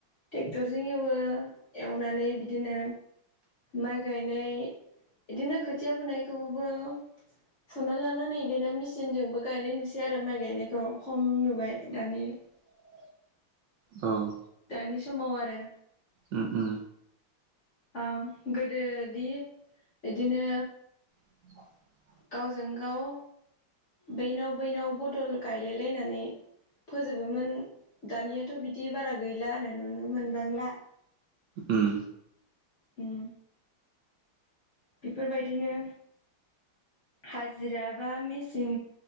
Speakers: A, on the left (about 55°); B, on the right (about 75°).
A: टेक्टरजों एवो एवनानै बिदिनो माइ गायनाय इदिनो खोथिया फुनायखौबो फुना लानानै इदिनो मिचिनजोंबो गायनाय नुसै आरो माइ गायनायखौ खम नुबाय दानि
B: <inaudible> औ
A: दानि समाव आरो।
B: उम उम।
A: ओं गोदोदि इदिनो
B: <unintelligible> <inaudible>
A: गावजों गाव बैनाव बैनाव बदल गायलायलायनानै फोजोबोमोन दानियाथ' बिदि बारा गैला आरो नुनो मोनबांला।
B: उम
A: उम बेफोरबायदिनो हाजिरा बा मेचिन